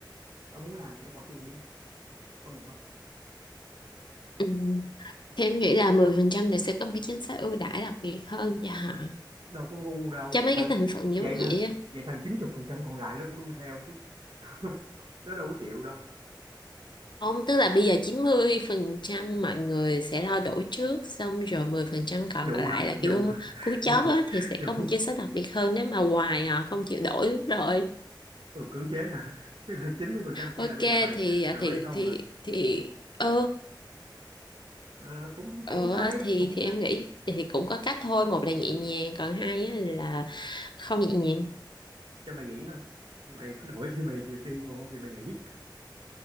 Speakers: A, on the right (about 75°); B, on the left (about 65°).
A: ông muốn làm thì ông bỏ tiền đi công nhận không
B: ừ. Thì em nghĩ là mười phần trăm thì sẽ có một cái chính sách ưu đãi đặc biệt hơn cho họ
A: đâu có ngu đâu
B: cho
A: vậy
B: mấy
A: thằng
B: cái thành phần
A: vậy
B: giống vậy
A: thằng
B: á
A: vậy thằng chín chục phần trăm còn lại nó cũng đu theo chứ <laughs> nó đâu có chịu đâu
B: không tức là bây giờ 90 phần trăm mọi người sẽ lo đổi trước xong rồi 10 phần trăm còn
A: dụ
B: lại
A: ha
B: là
A: dụ
B: kiểu
A: ha <laughs>
B: cú chót
A: dụ
B: á, thì sẽ
A: dụ
B: có một chính sách đặc biệt hơn nếu mà hoài họ không chịu đổi lúc rồi
A: ừ, cưỡng chế hả <laughs> tức là 90% kia
B: Ok
A: là bây giờ mày
B: thì à,
A: đổi
B: thì
A: hay không
B: thì
A: à
B: thì ừ,
A: Ờ, cũng
B: ừ
A: cũng hay
B: à, thì
A: cũng
B: thì
A: hay
B: em nghĩ thì cũng có cách thôi một là nhẹ nhàng còn hai á là không nhẹ nhàng
A: cho mày nghỉ thôi mày <laughs> cứ đổi thì mày được đi còn không thì mày nghỉ